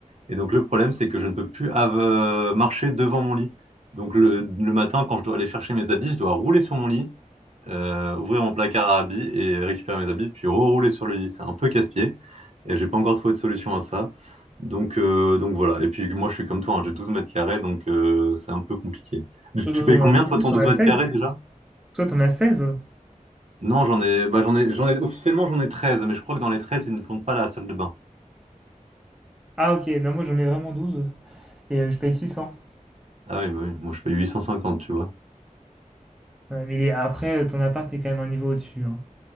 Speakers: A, on the right; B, in the centre.
A: Et donc le problème, c'est que je ne peux plus av- euh, marcher devant mon lit. Donc le, le matin, quand je dois aller chercher mes habits, je dois rouler sur mon lit, euh, ouvrir mon placard à habits et récupérer mes habits, puis rerouler sur le lit. C'est un peu casse-pied. Et j'ai pas encore trouvé de solution à ça. Donc, euh, donc voilà. Et puis moi, je suis comme toi, hein, j'ai 12 mètres carrés, donc euh, c'est un peu compliqué. Tu
B: Toi,
A: tu
B: t'en
A: payes combien,
B: as un peu
A: toi,
B: plus,
A: ton 12
B: on a
A: mètres
B: 16.
A: carrés déjà?
B: Toi, t'en as seize
A: Non, j'en ai, bah, j'en ai, j'en ai, officiellement, j'en ai 13, mais je crois que dans les 13, ils ne comptent pas la salle de bain.
B: Ah, ok, non, moi, j'en ai vraiment douze Et euh, je paye 600.
A: Ah oui, bah oui, moi je paye 850, tu vois.
B: Ouais, mais il est- après, euh, ton appart est quand même un niveau au-dessus. hein.